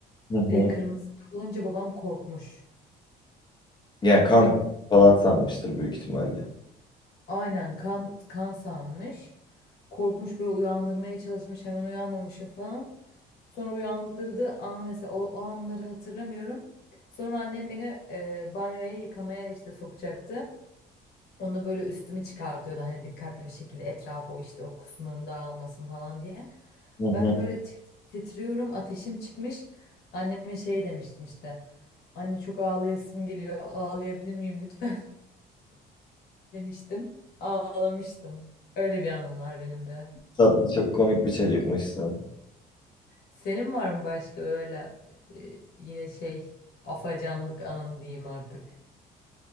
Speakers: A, on the left (about 25°); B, on the left (about 70°).
A: Hı hı.
B: Bir de kırmızı tık olunca babam korkmuş.
A: Yani kan falan sanmıştır büyük ihtimalle.
B: Aynen kan kan sanmış. Korkmuş böyle uyandırmaya çalışmış hemen uyanmamışım falan. Sonra uyandırdığı an mesela o, o anları hatırlamıyorum. Sonra annem beni e, banyoya yıkamaya işte sokacaktı. Onu böyle üstümü çıkartıyordu hani dikkatli bir şekilde etrafı o işte o kusmum dağılmasın falan diye.
A: Hı hı.
B: Ben de böyle tir- titriyorum ateşim çıkmış. Anneme şey demiştim işte. Anne çok ağlayasım geliyor ağlayabilir miyim lütfen? demiştim. Ağlamıştım. Öyle bir anım var benim de.
A: Tatlı çok komik bir çocukmuşsun.
B: Senin var mı başka öyle e, yine şey afacanlık anın diyeyim artık.